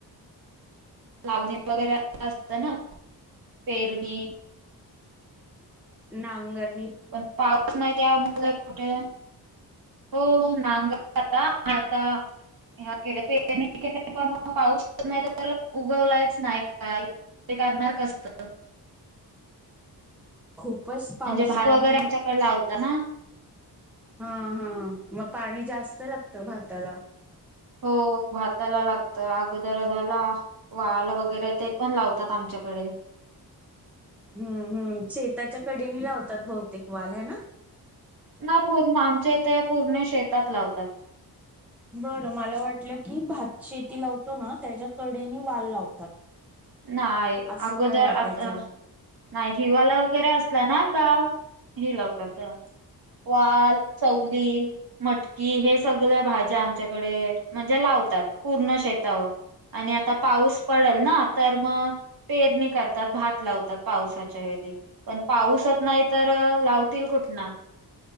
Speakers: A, on the right (about 60°); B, in the centre.
A: लावणी वगैरे अस. त ना पेरणी.
B: नांगर!
A: पण पाऊस नाही त्यामुळे कुठे हो नांगर आता- आता ह केले के पण पाऊस नाही तर उगवलाच नाही काय. ते करणार कसत
B: खूपच पावसाने
A: म्हणजे भात वगैरे आमच्याकडे लावतात ना!
B: हा हा मग पाणी जास्त लागतं भाताला,
A: हो भाताला लागत अगोदरच आता वाल वगैरे ते पण लावतात आमच्या आमच्याकडे.
B: हम हम शेताच्या कडेने लावतात. भौतेक वाल हे ना?
A: नाय पूर्ण आमच्या इथे या पूर्ण शेतात लावतात.
B: बरं मला वाटलं की भात शेती लावतो. ना त्याच्या कडेने वाल लावतात.
A: नाय
B: असं
A: अगोदर
B: मला वाटायचं
A: आता नाही हिवाला वगैरे असला ना का! हे लावतात वाल, चवली, मटकी हे सगळ भाज्या आमच्याकडे म्हणजे लावतात पूर्ण शेतावर आणि आता पाऊस पडल ना तर मग पेरणी करतात. भात लावतात पावसाच्या याने पण पाऊसच नाही तर लावतील कुठनं